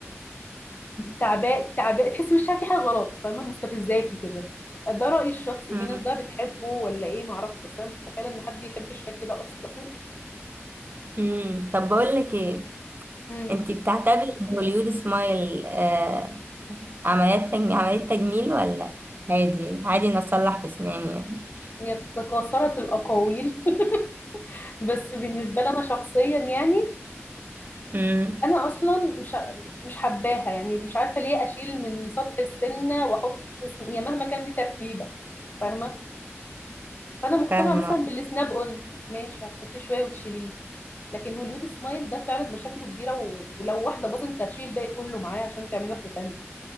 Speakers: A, on the left; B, on the right.
A: تعباء تعباء تحسي وشها في حاجه غلط فاهمه مستفزاكي كده ده رايي الشخصي
B: <clears throat>
A: في ناس بقى
B: <laughs>
A: بتحبه ولا ايه معرفش بس انا مش متخيله ان حد يحب الشكل ده اصلا
B: امم طب بقول لك ايه
A: <laughs>
B: انت
A: امم
B: بتعتبري هوليود سمايل آه عمليات تجميل عملية تجميل ولا عادي عادي إن اصلح في اسناني يعني
A: يتكاثرت الاقاويل <laughs> بس بالنسبه لي انا شخصيا يعني
B: امم
A: انا اصلا مش مش حباها يعني مش عارفه ليه اشيل من سطح السنه واحط سن- هي مهما كان دي تركيبه فاهمه فانا مقتنعه
B: فاهمة
A: مثلا بالسناب اون ماشي هتحطيه شويه وتشيليه لكن هوليود سمايل ده فعلا مشاكله كبيره و- ولو واحده باظت انت هتشيل الباقي كله معاه عشان تعملي واحده تانية